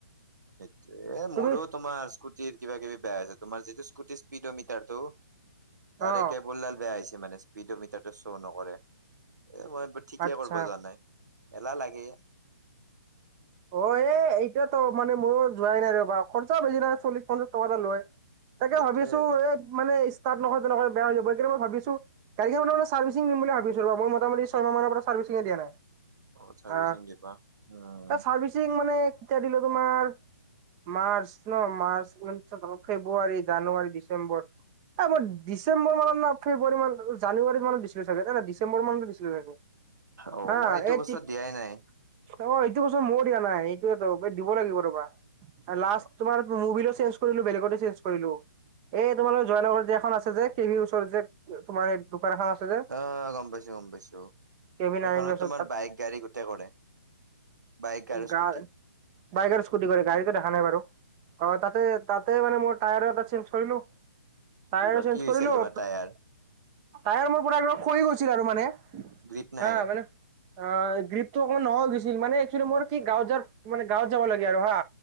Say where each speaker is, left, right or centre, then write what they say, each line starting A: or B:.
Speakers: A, on the right; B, on the right.
A: সেইটোৱে এ'মোৰেও
B: তুমি
A: তোমাৰ স্কুটিৰ কিবা কিবি বেয়া আছে, তোমাৰ যিটো স্কটিৰ স্পড মিটাৰটো তাৰে
B: অ
A: কেবুলডাল বেয়া হৈছে মানে স্পীড মিটাৰ শ্ব' নকৰে। এ মই ঠিকে
B: আচ্ছা
A: কৰিব যোৱা নাই, এলাহ লাগে
B: অ এ এতিয়াতো মানে মই যোৱাই নাই ৰ'বা। খৰচা বেছি নহয় চল্লিশ-পঞ্চাশ টকা এটা লয়। তাকে
A: সেইটোয়ে
B: ভাবিছো এ মানে ষ্টাৰ্ট নকৰাতে নকৰাতে বেয়া হৈ যাব। এইকাৰণে মই ভাবিছো গাড়ীখনৰ মানে চাৰভিছিং দিম বুলি ভাবছো ৰ' মই মোটা-মুটি ছয়মাহ মানৰ পৰা চাৰভিচিং দিয়া নাই।
A: অ চাৰভিছিং
B: আহ
A: দিবা উম
B: এ চাৰ্ভিচিং মানে কেতিয়া দিলো তোমাৰ মাৰ্চ ন' মাৰ্চ, ফেব্ৰুৱাৰী, জানুৱাৰী, ডিচেম্বৰ এই মই ডিচেম্বৰ মানত না ফেব্ৰুৱাৰী মানত, জানুৱাৰী মানত দিছিলো চাগে, নাই নাই ডিচেম্বৰ মানতো দিছিলো চাগে।
A: অ
B: আ
A: মই এইটো
B: এ
A: বস্তুত
B: তিত
A: দিয়াই নাই
B: এইটো বছৰ মই দিয়া নাই। এইটোৱেটো দিব লাগিব ৰবা। লাষ্ট
A: অ
B: তোমাৰ মুবিলো কৰিলো বেলেগত চেঞ্জ কৰিলো। এই তোমালোকৰ জয়ানগৰ যে এখন আছে যে কে-ভিৰ ওচৰত যে তোমাৰ সেই দোকান এখন আছে যে
A: আহ গম পাইছো, গম পাইছো।
B: কেভি
A: এইখনত
B: নাৰেংগৰ ওচৰত
A: তোমাৰ
B: তাত
A: বাইক, গাড়ী গোটেই কৰে। বাইক আৰু
B: গা
A: স্কুটি
B: বাইক আৰু স্কুটি কৰে গাড়ীতো দেখা নাই বাৰু, অ তাতে তাতে মানে মোৰ টায়াৰ এটা চেঞ্জ কৰিলো, টায়াৰ
A: কি কয়
B: চেঞ্জ
A: কি হৈছিল
B: কৰিলো
A: তোমাৰ টায়াৰ
B: তাইৰ মোৰ পৰা খৈয়ে গৈছিল আৰু মানে
A: গ্ৰীপ নাই
B: হা মানে অ গ্ৰীপটো অকমান নহয় গৈছিল, মানে একচেলি মোৰ কি গাঁৱ য মানে গাঁৱত যাব লাগে আৰু হা